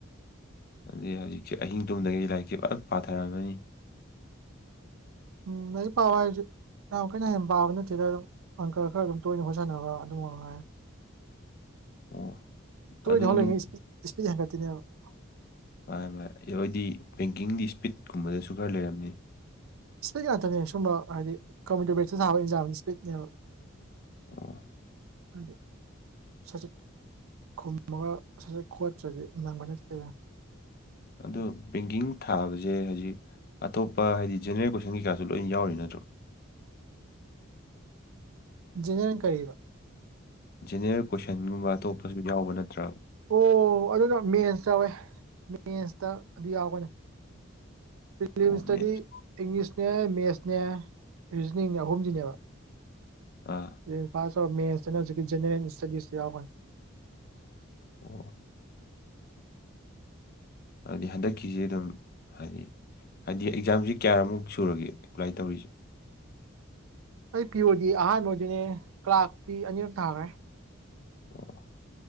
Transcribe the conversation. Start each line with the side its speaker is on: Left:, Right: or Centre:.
Left: ꯑꯗꯨꯗꯤ ꯍꯧꯖꯤꯛꯁꯦ ꯑꯍꯤꯡ ꯇꯨꯝꯗꯒꯩ ꯂꯥꯏꯔꯤꯛꯁꯦ ꯐꯖꯅ ꯄꯥꯊꯔꯝꯃꯅꯤ
Right: ꯎꯝ ꯂꯥꯏꯔꯤꯛ‌ ꯄꯥꯎ ꯍꯥꯏꯕꯖꯤ ꯌꯥꯝ ꯀꯟꯅ ꯍꯦꯟꯅ ꯄꯥꯕ ꯅꯠꯇꯦꯗ ꯑꯗꯨꯝ ꯑꯪꯀ ꯈꯔ ꯑꯗꯨꯝ ꯇꯣꯏꯅ ꯍꯣꯠ ꯁꯥꯟꯅꯕ ꯑꯗꯨ ꯃꯉꯥꯏꯔꯦ
Left: ꯑꯣ
Right: ꯇꯣꯏꯅ
Left: ꯑꯗꯨ
Right: ꯍꯣꯠꯂꯤꯈꯩ
Left: ꯑꯗꯨꯝ
Right: ꯏꯁ ꯏꯁꯄꯤꯠ ꯍꯦꯟꯀꯠꯇꯣꯏꯅꯦꯕ
Left: ꯃꯥꯥꯅꯤ ꯃꯥꯥꯅꯤ <unintelligible> ꯕꯦꯡꯀꯤꯡꯒꯤ ꯏꯁꯄꯤꯠꯀꯨꯝꯕꯗꯁꯨ ꯈꯔ ꯂꯩꯔꯝꯅꯤ
Right: ꯏꯁꯄꯤꯠ ꯉꯥꯛꯇꯅꯦ ꯁꯨꯝꯕ ꯍꯥꯏꯗꯤ ꯀꯝꯄ꯭ꯌꯨꯇꯔ ꯕꯦꯁꯤꯁꯇ ꯊꯕ ꯑꯦꯛꯖꯥꯝꯁꯤ ꯏꯁꯄꯤꯠꯅꯦꯕ
Left: ꯑꯣ
Right: ꯑꯗꯣ ꯁꯠꯆꯠ ꯈꯨꯝꯃꯒ ꯁꯠ ꯁꯠ ꯈꯣꯠꯇ꯭ꯔꯗꯤ ꯅꯪꯕ ꯅꯠꯇꯦꯗ
Left: ꯑꯗꯣ ꯕꯦꯡꯒꯤꯡ ꯊꯥꯕꯁꯦ ꯍꯧꯖꯤꯛ ꯑꯇꯣꯞꯄ ꯍꯥꯏꯗꯤ ꯖꯦꯅꯔꯦꯜ ꯀꯣꯏꯁꯟ ꯀꯩꯀꯥꯖꯨ ꯂꯣꯏ ꯌꯥꯎꯔꯤ ꯅꯠꯇ꯭ꯔꯣ
Right: ꯖꯦꯅꯔꯦꯜ ꯀꯔꯤꯕ
Left: ꯖꯦꯅꯔꯦꯜ ꯀꯣꯏꯁꯟꯒꯨꯝꯕ ꯑꯇꯣꯞꯄꯁꯨ ꯌꯥꯎꯕ ꯅꯠꯇ꯭ꯔꯕ
Right: ꯑꯣ ꯑꯗꯨꯅ ꯃꯦꯟꯁ ꯌꯥꯎꯋꯦ ꯃꯦꯟꯁꯇ ꯑꯗꯨ ꯌꯥꯎꯒꯅꯤ ꯄꯤꯂꯤꯝꯁꯇꯗꯤ
Left: ꯑꯣ ꯃꯦꯠꯁ
Right: ꯏꯪꯂꯤꯁꯅꯦ ꯃꯦꯠꯁꯅꯦ ꯔꯤꯖꯅꯤꯡꯅꯦ ꯑꯍꯨꯝꯖꯤꯅꯦꯕ
Left: ꯑꯥ꯫
Right: ꯄ꯭ꯔꯤ ꯄꯥꯁ ꯇꯧꯔ ꯃꯠꯁꯇꯅ ꯍꯧꯖꯤꯛꯀꯤ ꯖꯦꯅꯔꯦꯜ ꯏꯁꯇꯗꯤꯁꯇꯨ ꯌꯥꯎꯔꯛꯒꯅꯤ꯫
Left: ꯑꯣ꯫ ꯑꯗꯨꯗꯤ ꯍꯟꯗꯛꯀꯤꯖꯦ ꯑꯗꯨꯝ ꯍꯥꯏꯗꯤ ꯍꯥꯏꯗꯤ ꯑꯦꯛꯖꯥꯝꯖꯤ ꯀꯌꯥꯔꯛꯃꯨꯛ ꯁꯨꯔꯒꯦ ꯑꯦꯄ꯭ꯂꯥꯏ ꯇꯧꯔꯤꯁꯦ꯫
Right: ꯑꯩ ꯄꯤ ꯑꯣ ꯗꯤ ꯑꯍꯥꯟꯕ ꯑꯣꯏꯗꯨꯅꯦ ꯀ꯭ꯂꯥꯛꯇꯤ ꯑꯅꯤꯔꯛ ꯊꯥꯒ꯭ꯔꯦ꯫
Left: ꯑꯣ